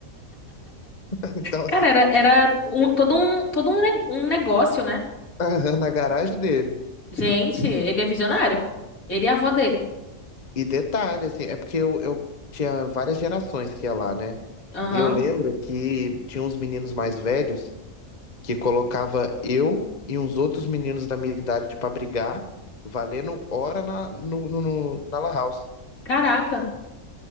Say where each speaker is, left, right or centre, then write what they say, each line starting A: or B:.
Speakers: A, on the left (about 30°); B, on the left (about 75°).
A: <laughs> Então,
B: Cara,
A: assim,
B: era, era um- todo um, todo um, ne- um negócio, né?
A: <laughs> na garagem dele.
B: Gente, ele é visionário. Ele e a avó dele.
A: E detalhe, assim, é porque eu, eu tinha várias gerações que ia lá, né?
B: Aham.
A: E eu lembro que tinha uns meninos mais velhos que colocava eu e uns outros meninos da minha idade pra brigar, valendo hora na, no, no- no- na Lan House.
B: Caraca.